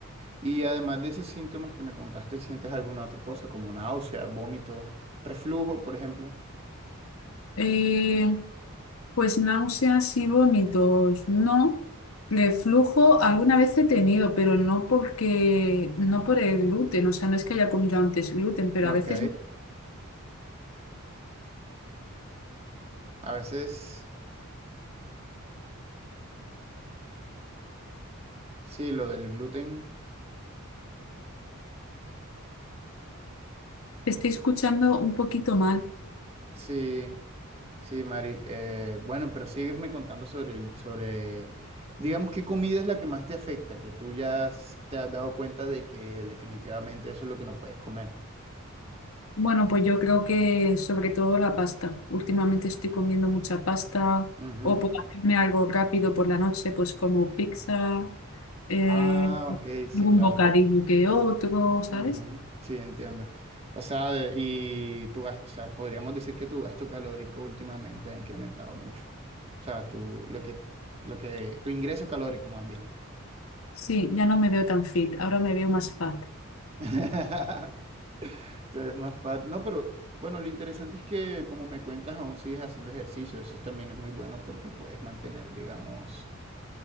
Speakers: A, on the right (about 30°); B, on the left (about 75°).
A: Y además de esos síntomas que me contaste, ¿sientes alguna otra cosa como náusea, vómito, reflujo, por ejemplo?
B: eh, pues náuseas y vómitos, no. Reflujo alguna vez he tenido, pero no porque, no por el gluten, o sea, no es que haya comido antes gluten, pero
A: Ok.
B: a veces
A: A veces, sí, lo del gluten,
B: estoy escuchando un poquito mal.
A: sí. Sí, Mari. eh, bueno, pero sígueme contando sobre, el- sobre, digamos, qué comida es la que más te afecta, que tú ya has- te has dado cuenta de que definitivamente eso es lo que no puedes comer.
B: Bueno, pues yo creo que sobre todo la pasta. Últimamente estoy comiendo mucha pasta
A: Ujú.
B: o por hacerme algo rápido por la noche, pues como pizza, eh,
A: Ah, ok, sí,
B: algún
A: claro.
B: bocadillo que otro, ¿sabes?
A: Ujú, Sí, entiendo. O sea, de- y tu gas- o sea, podríamos decir que tu gasto calórico últimamente ha incrementado mucho. O sea, tu, lo que, lo que, tu ingreso calórico más bien.
B: Sí, ya no me veo tan fit, ahora me veo más fat.
A: <laughs> Te ves más fat. No, pero bueno, lo interesante es que como me cuentas, aún sigues haciendo ejercicio. Eso también es muy bueno porque puedes mantener, digamos,